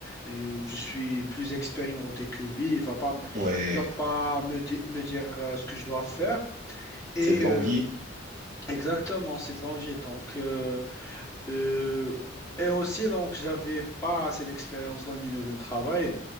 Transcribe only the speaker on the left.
Euh, je suis plus expérimenté que lui il va pas m-
il va pas me, di- me dire euh, ce que je dois faire et
euh,
exactement c'est de l'envie donc euh, euh, et aussi, donc, j'avais pas assez d'expérience dans le milieu de travail.